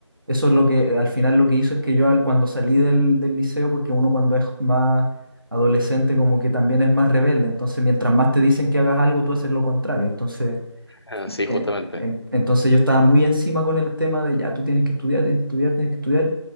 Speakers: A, on the right; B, on the left.
A: eso es lo que al final lo que hizo es que yo al- cuando salí del, del liceo, porque uno cuando es más adolescente como que también es más rebelde, entonces mientras más te dicen que hagas algo, tú haces lo contrario. Entonces,
B: Ah, Sí, justamente.
A: eh, en- entonces yo estaba muy encima con el tema de ya, tú tienes que estudiar, tienes que estudiar, tienes que estudiar.